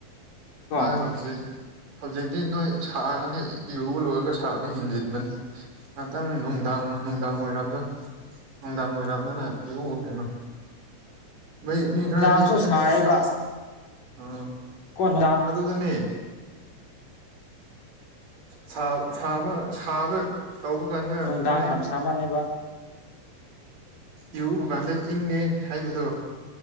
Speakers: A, on the right; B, on the left.
A: ꯅꯣꯏ
B: ꯑꯁ
A: ꯍꯧꯖꯤꯛ ꯍꯧꯖꯤꯛꯇꯤ ꯅꯣꯏ ꯁꯥꯔꯅꯤ ꯏꯔꯨꯕ ꯂꯣꯏꯔꯒ ꯁꯥꯔꯒ ꯍꯦꯟꯖꯤꯟꯕꯅꯤ ꯉꯥꯛꯇꯪ ꯅꯨꯡꯗꯥꯡ ꯅꯨꯡꯗꯥꯡ ꯑꯣꯏꯔꯝꯗꯣ ꯅꯨꯡꯗꯥꯡ ꯑꯣꯏꯏꯔꯝꯗꯅ ꯌꯦꯎꯕ ꯀꯩꯅꯣ ꯩ ꯃꯤ ꯈꯔꯗꯤꯁ
B: ꯅꯨꯡꯗꯥꯡꯁꯨ ꯁꯥꯏꯌꯦꯕ
A: ꯎ
B: ꯀꯣ ꯅꯨꯡꯗꯥꯡ
A: ꯑꯗꯨꯗꯅꯦ ꯁꯥꯕ ꯁꯥꯕ ꯁꯥꯕ ꯀꯥꯎꯕꯨ ꯀꯥꯟꯗ
B: ꯅꯨꯡꯗꯥꯡ
A: ꯈꯃꯣꯏꯅꯩ
B: ꯌꯥꯝ ꯁꯥꯃꯜꯂꯦꯕ
A: ꯏꯔꯨꯕ ꯀꯥꯟꯗ ꯏꯪꯉꯦ ꯍꯥꯏꯕꯗꯣ